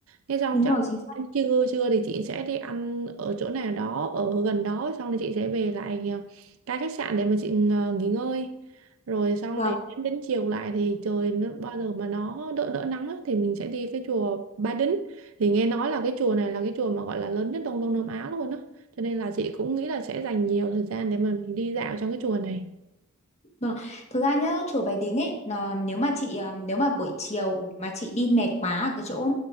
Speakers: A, on the right (about 70°); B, on the left (about 30°).
A: Thế xong
B: đúng
A: chắc
B: rồi chính xác
A: trưa trưa thì chị sẽ đi ăn ở chỗ nào đó ở gần đó xong thì chị sẽ về lại à, cái khách sạn để mà chị à, nghỉ ngơi. Rồi xong
B: Vâng.
A: để đến, đến chiều lại thì trời nó, bao giờ mà nó đỡ đỡ nắng á, thì mình sẽ đi cái chùa Ba Đính. Thì nghe nói là cái chùa này là cái chùa mà gọi là lớn nhất Đông Đông Nam Á luôn á cho nên là chị cũng nghĩ là sẽ dành nhiều thời gian để mà mình đi dạo trong cái chùa này.
B: Vâng. Thực ra nhá, chùa Bái Đính ấy là nếu mà chị à, nếu mà buổi chiều mà chị đi mệt quá ở cái chỗ